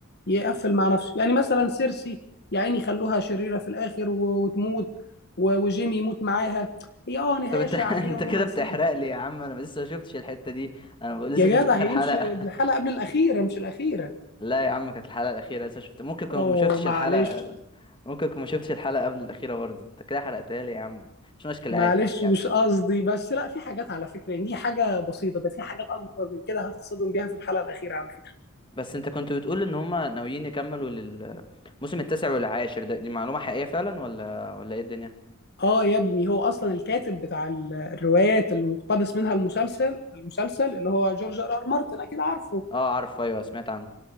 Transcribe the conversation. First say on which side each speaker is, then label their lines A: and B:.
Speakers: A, on the left; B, on the left.
A: يقفل مع نفسه يعني مثلا سيرسي يا عيني خلوها شريره في الاخر و- وتموت و- وجيمي يموت معاها هي اه نهايه
B: طب أنت
A: شعريه
B: <laughs> أنت
A: ورومانسيه
B: كده بتحرق لي يا عم أنا لسه ما شفتش الحتة دي أنا ب- لسه
A: يا جدع
B: ما شفتش آخر
A: هي دي
B: حلقة
A: مش دي الحلقة قبل الأخيرة مش الأخيرة
B: <laughs> لا يا عم كانت الحلقة الأخيرة لسه شفت ممكن كنت
A: أوه
B: ما شفتش
A: معلش
B: الحلقة ممكن كنت ما شفتش الحلقة قبل الأخيرة برضه أنت كده حرقتها لي يا عم مش مشكلة
A: معلش
B: عادي عادي يعني
A: مش قصدي بس لا في حاجات على فكرة يعني دي حاجة بسيطة ده في حاجات أكبر من كده هتتصدم بيها في الحلقة الأخيرة على فكرة
B: بس انت كنت بتقول ان هما ناويين يكملوا للموسم التاسع والعاشر ده دي معلومة حقيقية فعلا ولا ولا ايه الدنيا
A: آه يا ابني هو أصلا الكاتب بتاع ال- الروايات اللي مقتبس منها المسلسل المسلسل اللي هو جورج آر آر مارتن أكيد عارفه
B: اه عارف ايوه سمعت عنه